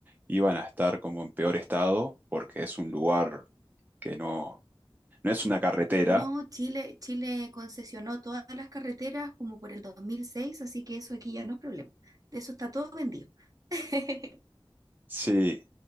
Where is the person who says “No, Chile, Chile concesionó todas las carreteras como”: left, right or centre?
Right